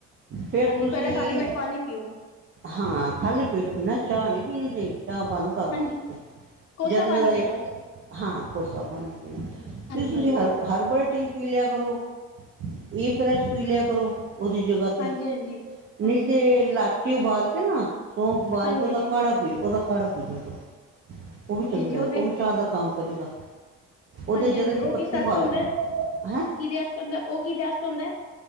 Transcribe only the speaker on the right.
ਫੇਰ
ਤੁਸੀਂ
ਹਾਂ ਖਾਲੀ ਪੇਟ ਪੀਨਾ ਚਾ ਨੀ ਪੀਣੀ ਜੇ ਚਾ ਬੰਦ ਕਰਦੋ
ਤੇ
ਜਾਦਾ
ਤੋ ਜਾਦਾ
ਇੱਕ
ਹਾਂ ਕੋਸਾ ਪਾਨੀ ਪੀਨਾ
ਤੇ ਤੁਸੀਂ
ਹਰ ਹਰਬਲ ਟੀ ਪੀ ਲਯਾ ਕਰੋ ਈ ਫਰੈਸ਼ ਪੀ ਲਯਾ ਕਰੋ ਓਦੀ ਜਗ੍ਹਾ ਤੇ
ਨੀ
ਤੇ
ਲਾ ਚੀ ਉਬਾਲ ਕੇ ਨਾ ਸੌਂਫ ਬਾਲ
ਕੇ ਓਦਾ
ਕਾੜਾ ਪੀ ਲੋ ਓਦਾ ਕਾੜਾ ਪੀ ਲਯਾ ਕਰੋ ਓ ਵੀ ਚੰਗਾ
ਐ ਓ ਵੀ ਚਾ‌ ਦਾ ਕੰਮ ਕਰੇਗਾ। ਉਹਦੇ
ਜਰਾ
ਜੀ ਪੱਤੀ
ਪਾ ਲਓ
ਹੈਂ